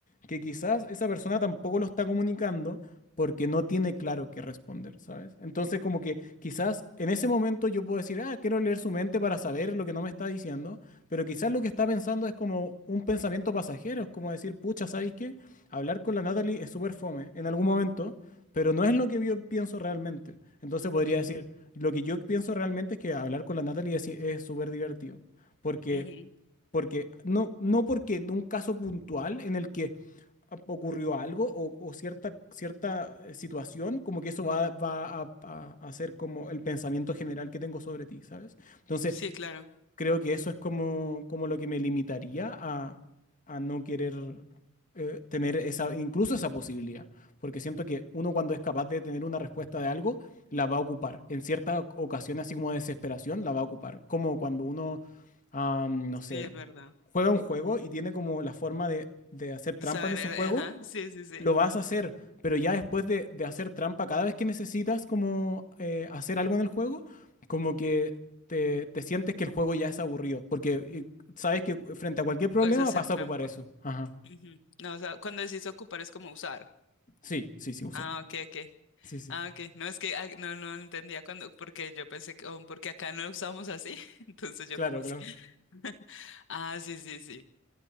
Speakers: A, on the left; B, on the left.
A: que quizás esa persona tampoco lo está comunicando porque no tiene claro qué responder, ¿sabes? Entonces como que quizás en ese momento yo puedo decir, ah, quiero leer su mente para saber lo que no me está diciendo, pero quizás lo que está pensando es como un pensamiento pasajero, es como decir, pucha, ¿sabéis qué? Hablar con la Natalie es súper fome en algún momento, pero no es lo que yo pienso realmente. Entonces podría
B: Ujú,
A: decir, lo que yo pienso realmente es que hablar con la Natalie es es súper divertido, porque,
B: ujú.
A: porque no, no porque en un caso puntual en el que ocurrió algo o, o cierta, cierta eh, situación, como que eso va, va a, a, a ser como el pensamiento general que tengo sobre ti, ¿sabes? Entonces,
B: Sí, claro.
A: creo que eso es como, como lo que me limitaría a, a no querer eh, tener esa, incluso esa posibilidad, porque siento que uno cuando es capaz de tener una respuesta de algo, la va a ocupar. En cierta oc- ocasión, así como de desesperación, la va a ocupar. Como cuando uno, ah, no
B: Sí,
A: sé,
B: es verdad.
A: juega un juego y tiene como la forma de, de hacer trampa
B: De Saber,
A: en ese juego
B: eh, ajá, sí, sí, sí.
A: lo vas a hacer, pero ya después de, de hacer trampa cada vez que necesitas como eh, hacer algo en el juego, como que te, te sientes que el juego ya es aburrido, porque eh, sabes que frente a cualquier problema
B: O es hacer
A: vas
B: trampa.
A: a ocupar eso. Ajá.
B: Ujú. No, o sea, cuando decís ocupar es como usar.
A: Sí, sí, sí, usar.
B: Ah, ok, ok.
A: Sí, sí.
B: Ah, ok. No, es que ah, no, no entendía cuando, porque yo pensé que, oh, porque acá no lo usamos así. <laughs> Entonces yo
A: Claro,
B: como así.
A: claro.
B: <laughs> Ah, sí, sí, sí.